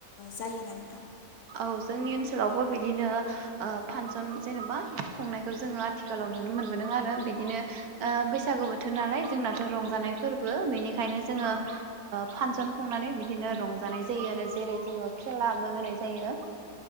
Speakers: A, on the left (about 55°); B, on the right (about 80°).
A: जायोना नोंथां?
B: औ जोंनि ओनसोलावबो बिदिनो ओ फांसन जेनेबा खुंनायखौ जोङो आथिखालाव नुनो मोनदों आरो बिदिनो बैसागु बोथोर नालाय जोंनाथ' रंजानाय फोरबो बेनिग खायनो जोङो
A: औ
B: ओ फांसन खुंनानै बिदिनो रंजानाय जायो आरो जेरै जोङो खेलाबो होनाय जायो।